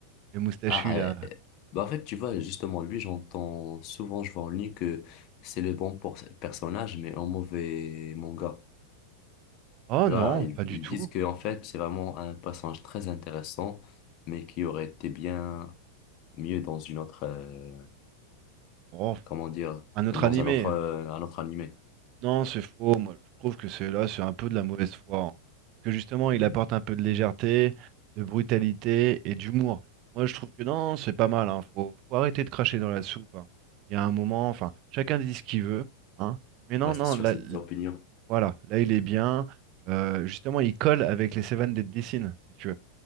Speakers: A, on the right (about 40°); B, on the left (about 40°).
A: Le moustachu,
B: Ah, ah,
A: là.
B: euh, bah en fait, tu vois, justement, lui, j'entends souvent, je vois en ligne que c'est le bon pour personnage, mais un mauvais manga.
A: Oh
B: Tu
A: non,
B: vois, ils,
A: pas du
B: ils
A: tout.
B: disent que en fait, c'est vraiment un personnage très intéressant, mais qui aurait été bien mieux dans une autre, euh,
A: Oh,
B: comment dire,
A: un autre
B: dans
A: animé.
B: un autre, euh, un autre animé.
A: Non, c'est faux. Moi, je trouve que c'est là, c'est un peu de la mauvaise foi. hein. Parce que justement, il
B: Mm.
A: apporte un peu de légèreté, de brutalité et d'humour. Moi, je trouve que non, c'est pas mal. Hein. Faut, faut arrêter de cracher dans la soupe. hein. Il y a un moment, enfin, chacun dit ce qu'il veut, hein. Mais non,
B: Ouais, c'est
A: non,
B: sûr,
A: là,
B: c'est des opinions.
A: Voilà, là il est bien. Euh, justement, il colle avec les Seven Deadly Dessine, si tu veux.